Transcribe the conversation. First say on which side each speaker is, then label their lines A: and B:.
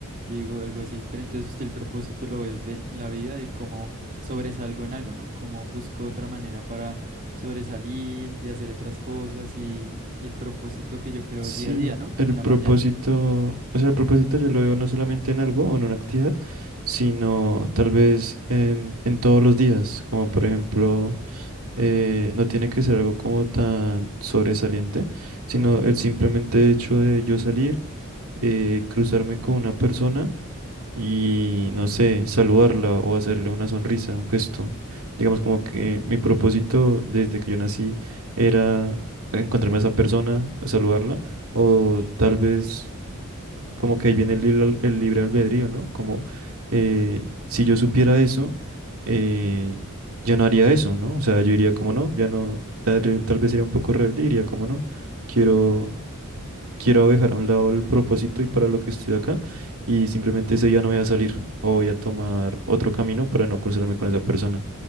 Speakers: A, on the right; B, on the right.
A: Yo digo algo así, pero entonces usted el propósito lo es de la vida, de cómo sobresalgo en algo, ¿no? Cómo busco otra manera para sobresalir y hacer otras cosas y el propósito que yo creo
B: Sí,
A: día a día, ¿no?
B: el
A: En la
B: propósito,
A: mañana.
B: o sea, el propósito yo lo veo no solamente en algo o en una actividad, sino tal vez en, en todos los días, como por ejemplo, eh, no tiene que ser algo como tan sobresaliente, sino el simplemente hecho de yo salir, eh, cruzarme con una persona y no sé, saludarla o hacerle una sonrisa, un gesto. Digamos como que mi propósito desde que yo nací era encontrarme a esa persona, saludarla, o tal vez como que ahí viene el, lib- el libre albedrío, ¿no? Como eh, si yo supiera eso, eh, ya no haría eso, ¿no? O sea, yo diría como no, ya no, tal, tal vez sería un poco rebelde, diría como no, quiero quiero dejar a un lado el propósito y para lo que estoy acá y simplemente ese día no voy a salir o voy a tomar otro camino para no cruzarme con esa persona.